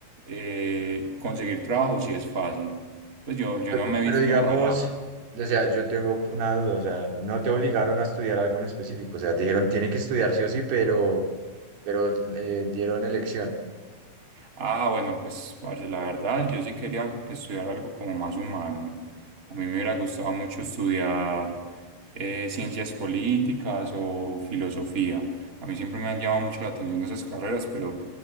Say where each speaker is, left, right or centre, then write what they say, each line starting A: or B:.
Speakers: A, on the right; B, on the right.
A: eh, conseguir trabajo sí es fácil. Pues yo, yo
B: Pero,
A: no me he
B: pero
A: visto
B: digamos,
A: embalado.
B: o sea, yo tengo una duda, o sea, no te obligaron a estudiar algo en específico, o sea, te dijeron, tiene que estudiar sí o sí, pero, pero eh, dieron elección.
A: Ah, bueno, pues, parce, la verdad, yo sí quería estudiar algo como más humano. A mí me hubiera gustado mucho estudiar eh, ciencias políticas o filosofía. A mí siempre me han llamado mucho la atención esas carreras, pero